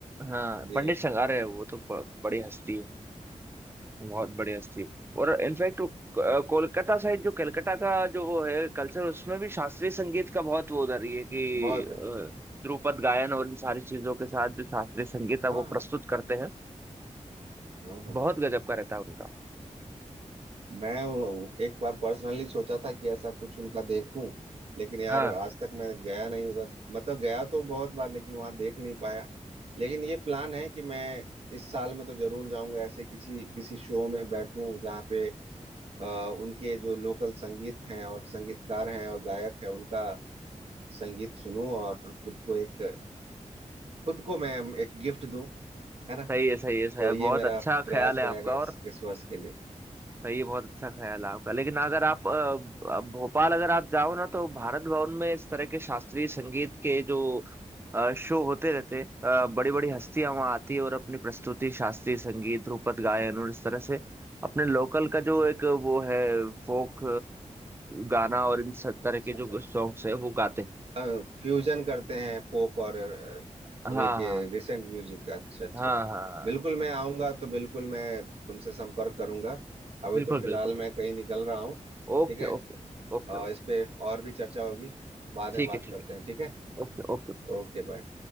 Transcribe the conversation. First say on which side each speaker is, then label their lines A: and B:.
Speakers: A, on the right (about 20°); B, on the right (about 50°).
A: हाँ
B: जी
A: पंडित संगारे है वो तो ब, बड़ी हस्ती है बहुत बढ़िया स्टीव और इनफैक्ट कोलकाता साइड जो कलकत्ता का जो वो है कल्चर उसमें भी शास्त्रीय संगीत का बहुत वो उधर ही है कि
B: बहुत
A: अ,
B: है
A: ध्रुपद गायन और इन सारी चीजों के साथ जो शास्त्रीय संगीत है
B: हाँ
A: वो
B: हाँ
A: प्रस्तुत करते हैं
B: हाँ हाँ।
A: बहुत गजब का रहता है उनका
B: मैं उन- एक बार पर्सनली सोचा था कि ऐसा कुछ उनका देखूं लेकिन यार
A: हाँ
B: आज तक मैं गया नहीं उधर मतलब गया तो बहुत बार लेकिन वहां देख नहीं पाया लेकिन ये प्लान है कि मैं इस साल में तो जरूर जाऊंगा ऐसे किसी किसी शो में बैठूं जहाँ पे अ, उनके जो लोकल संगीत हैं और संगीतकार हैं और गायक हैं उनका संगीत सुनूं और खुद को एक खुद को मैं एक गिफ्ट दूं है ना
A: सही है सही है सही
B: तो
A: है
B: ये
A: बहुत
B: मेरा
A: अच्छा
B: प्रयास
A: ख्याल है
B: रहेगा
A: आपका
B: इस
A: और
B: इस वर्ष के लिए
A: भाई ये बहुत अच्छा ख्याल है आपका लेकिन अगर आप अ, अ, भोपाल अगर आप जाओ ना तो भारत भवन में इस तरह के शास्त्रीय संगीत के जो अ, शो होते रहते हैं बड़ी बड़ी हस्तियां वहाँ आती है और अपनी प्रस्तुति शास्त्रीय संगीत ध्रुपद गायन और इस तरह से अपने लोकल का जो एक वो है फोक गाना और इन सब तरह
B: अच्छा
A: के
B: अच्छा
A: जो सॉन्ग्स है वो गाते हैं
B: अच्छा फ्यूजन करते हैं फोक और अ,
A: हाँ
B: अभी के
A: हाँ
B: रिसेंट म्यूजिक का अच्छा अच्छा
A: हाँ
B: अच्छा
A: हाँ हाँ।
B: बिल्कुल मैं आऊंगा तो बिल्कुल मैं तुमसे संपर्क करूंगा अभी
A: बिल्कुल
B: तो फिलहाल
A: बिल्कुल
B: मैं कहीं निकल रहा हूँ
A: Okay
B: ठीक है
A: okay Okay
B: और
A: okay
B: इस पे और भी चर्चा होगी बाद में
A: ठीक
B: बात
A: है ठीक
B: करते हैं ठीक है
A: है Okay okay
B: Okay bye